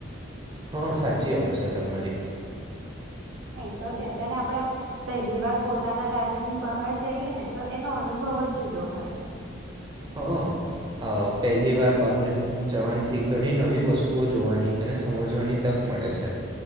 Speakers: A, on the right; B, on the right.
A: હા સાચી વાત છે તમારી
B: હા એતો છે જેને આપણેે આમ પહેલી વાર પોતાના રાજની બહાર જઈએ ને તો એનો અનુભવ જ જુદો હોય.
A: હ પહેલી વાર બહાર જવાનથી ઘણી નવી વસ્તુઓ જોવાની અને સમજવાની તક મળે છે.